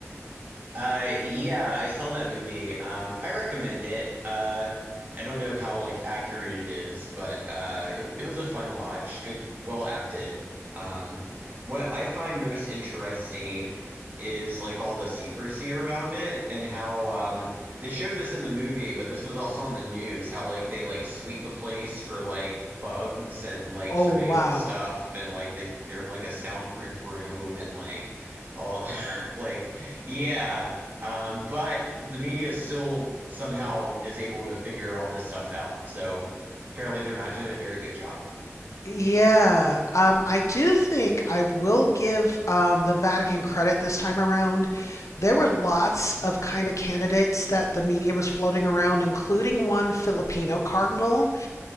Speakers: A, on the right (about 40°); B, on the left (about 80°).
A: Uh, yeah, I saw that movie. Um, I recommend it. Uh, I don't know how like accurate it is, but uh, it, it was a fun watch. Good, well acted. Um, what I find most interesting is like all the secrecy around it and how um, they showed this in the movie, but this was also on the news. How like they like sweep the place for like bugs and like
B: Oh
A: surveillance
B: wow.
A: stuff, and like they they're in like a soundproof room and like all <laughs> like yeah, um, but the media still somehow is able to figure all this stuff out. So apparently they're not doing a very good job.
B: Yeah, um, I do think I will give um, the Vatican credit this time around. There were lots of kind of candidates that the media was floating around, including one Filipino cardinal.